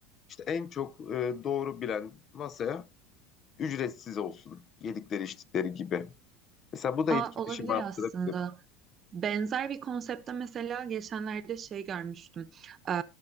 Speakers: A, on the left (about 40°); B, on the right (about 40°).
A: İşte en çok e, doğru bilen masaya ücretsiz olsun. Yedikleri içtikleri gibi. Mesela bu da
B: Aa,
A: etkileşimi
B: olabilir
A: arttırabilir.
B: aslında. Benzer bir konsepte mesela geçenlerde şey görmüştüm. Ee,